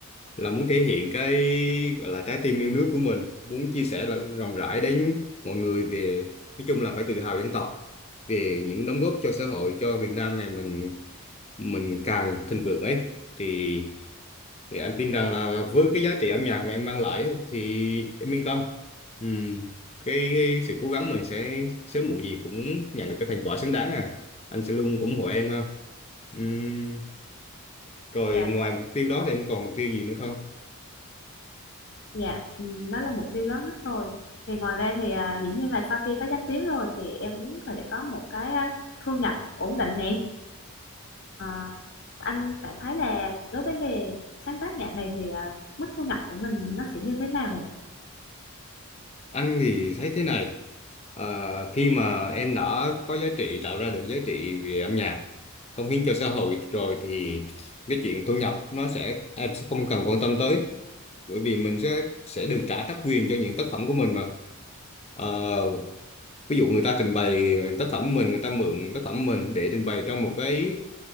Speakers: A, on the left; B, on the left.
A: là muốn thể hiện cái gọi là trái tim yêu nước của mình muốn chia sẻ là rộng rãi đến mọi người về nói chung là phải tự hào dân tộc về những đóng góp cho xã hội cho Việt Nam ngày mình mình càng thịnh vượng ấy thì thì anh tin rằng là với cái giá trị âm nhạc mà em mang lại ấy, thì em yên tâm Ừm, cái, cái sự cố gắng mình sẽ sớm muộn gì cũng nhận được cái thành quả xứng đáng à anh sẽ luôn ủng hộ em ha Ừm, rồi
B: dạ
A: ngoài mục tiêu đó thì em còn mục tiêu gì nữa không
B: dạ ừm, đó là mục tiêu lớn nhất rồi thì ngoài ra thì à, dĩ nhiên là sau khi có danh tiếng rồi thì em muốn phải có một cái à, thu nhập ổn định nè Ờ, anh cảm thấy là đối với nghề sáng tác nhạc này thì à, mức thu nhập của mình nó sẽ như thế nào vậy
A: anh thì thấy thế này ờ, khi mà em đã có giá trị tạo ra được giá trị về âm nhạc cống hiến cho xã hội rồi thì cái chuyện thu nhập nó sẽ em sẽ không cần quan tâm tới bởi vì mình sẽ sẽ được trả tác quyền cho những tác phẩm của mình mà Ờ, ví dụ người ta trình bày tác phẩm mình người ta mượn tác phẩm mình để trình bày trong một cái